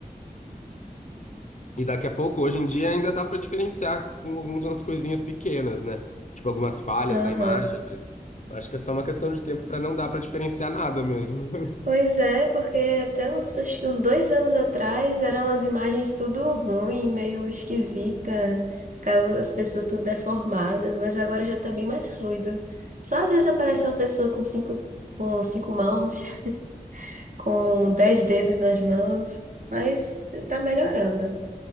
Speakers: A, on the left (about 55°); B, on the right (about 60°).
A: E daqui a pouco, hoje em dia, ainda dá pra diferenciar com algumas coisinhas pequenas, né? Tipo algumas falhas
B: Aham.
A: na imagem, mas acho que é só uma questão de tempo pra não dar pra diferenciar nada mesmo. <laughs>
B: Pois é, porque até uns, acho que uns dois anos atrás eram as imagens tudo ruim, meio esquisita, ficava as pessoas tudo deformadas, mas agora já tá bem mais fluido. Só às vezes aparece uma pessoa com cinco, com cinco mãos, <laughs> com dez dedos nas mãos, mas tá melhorando.